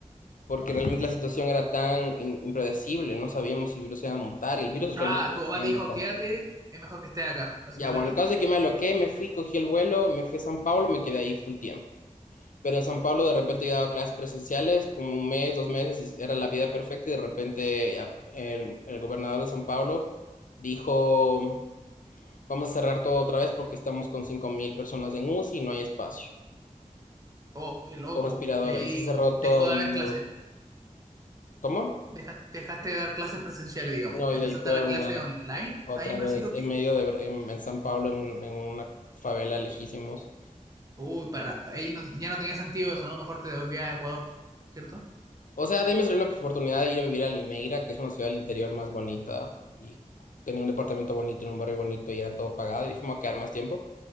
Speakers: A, on the left; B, on the right.
A: porque realmente la situación era tan in- impredecible, no sabíamos si el virus se iba a montar, y el virus
B: Ah,
A: realmente
B: tu papá
A: se iba
B: te dijo,
A: montando.
B: quédate, es mejor que estés acá, básicamente.
A: Ya, bueno, el caso es que me aloqué, me fui, cogí el vuelo, me fui a San Pablo, me quedé ahí full tiempo. Pero en San Pablo de repente yo daba clases presenciales, como un mes, dos meses, y era la vida perfecta, y de repente ya, el, el gobernador de San Pablo dijo, vamos a cerrar todo otra vez porque estamos con 5.000 personas en UCI y no hay espacio,
B: Oh, qué loco.
A: con respiradora,
B: Y ahí
A: y se cerró
B: dejó
A: todo de
B: de haber
A: nuevo.
B: clases.
A: ¿Cómo?
B: Deja- Dejaste, de dar clases presenciales, digamos.
A: No,
B: Empezaste
A: y de ahí fue
B: a dar
A: online,
B: clases online
A: otra
B: ahí en Brasil
A: vez,
B: o
A: en
B: qué.
A: medio de, Bra- en, en San Pablo, en, un- en una favela lejísimos.
B: Uy, para, ahí no- ya no tenía sentido eso, ¿no? Mejor te devolvías a Ecuador, ¿cierto?
A: O sea, de ahí me salió la oportunidad de ir a vivir a Limeira, que es una ciudad del interior más bonita, y tenía un departamento bonito en un barrio bonito y era todo pagado, y dije, me voy a quedar más tiempo.